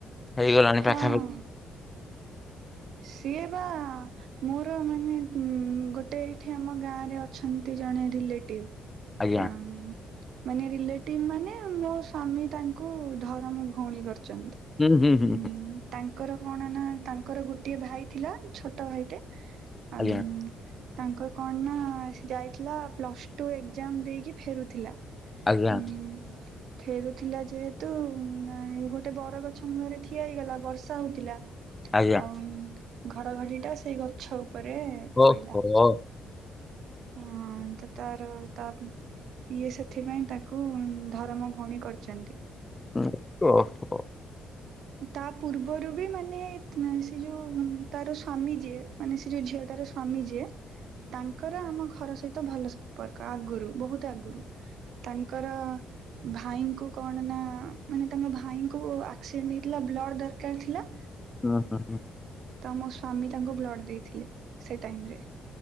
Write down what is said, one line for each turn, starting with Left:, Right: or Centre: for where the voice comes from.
Left: ହେଇଗଲାଣି
Right: ହଁ
Left: ପାଖାପା
Right: ସିଏ ବା ମୋର ମାନେ ଉଁ ଗୋଟେ ଏଇଠି ଆମ ଗାଁରେ ଅଛନ୍ତି ଜଣେ ରିଲେଟିଭ
Left: ଆଜ୍ଞା
Right: ଆଁ, ମାନେ ରିଲେଟିଭ ମାନେ ମୋ ସ୍ଵାମୀ ତାଙ୍କୁ ଧରମ ଭଉଣୀ କରି ଚନ୍ତି।
Left: ହୁଁ ହୁଁ ହୁଁ
Right: ଉଁ ତାଙ୍କ ତାଙ୍କର କଣ ନା ତାଙ୍କର ଗୋଟ ଗୋଟିଏ ଭାଇ ଥିଲା ଛୋଟ ଭାଇଟେ। ଅଁମ
Left: ଆଜ୍ଞା
Right: ତାଙ୍କର କଣ ନା ଯାଇଥିଲା ପ୍ଲସ୍ ଟୁ ଏଗଜାମ୍ ଦେଇକି ଫେରୁଥିଲା। ହୁଁ।
Left: ଆଜ୍ଞା।
Right: ଫେରୁଥିଲା ଯେହେତୁ ନା ଏ ଗୋଟେ ବରଗଛ ମୂଳରେ ଠିଆ ହେଇଗଲା ବର୍ଷା ହଉଥିଲା।
Left: ଆଜ୍ଞା।
Right: ଆଉ ଘଡଘଡି ଟା ସେଇ ଗଛ ଉପ ଉପରେ
Left: ଓହୋ
Right: ପଇଲା।
Left: ଓହୋ।
Right: ହଁ-ଅ। ତ ତାର ତାମ୍ ଇଏ ସେଥିପାଇଁ ତାକୁ ଧରମ ଭଉଣୀ କରିଚନ୍ତି।
Left: ଉ ଓ ହୋ।
Right: ତା ପୂର୍ବରୁ ବି ମାନେ ସେ ଯୋଉ ତାର ସ୍ଵାମୀ ଯିଏ ମାନେ, ସେ ଯୋଉ ଝିଅଟାର ସ୍ଵାମୀ ଯିଏ ତାଙ୍କର ଆମ ଘର ସହି ତ ଭଲ ସମ୍ପର୍କ ଆଗରୁ ବହୁତ ଆଗରୁ। ତାଙ୍କର ଭାଇଙ୍କୁ କଣ ନା ମାନେ ତାଙ୍କ ଭାଇଙ୍କୁ ଆକ୍ ସ ଡେନ ହେଇଥିଲା ବ୍ଲଡ଼ ଦରକାର ଥିଲା।
Left: ଅ ହ ହ।
Right: ତମ ସ୍ଵାମୀ ତାଙ୍କୁ ବ୍ଲଡ଼ ଦେଇଥିଲେ। ସେ ଟାଇମ୍ ରେ।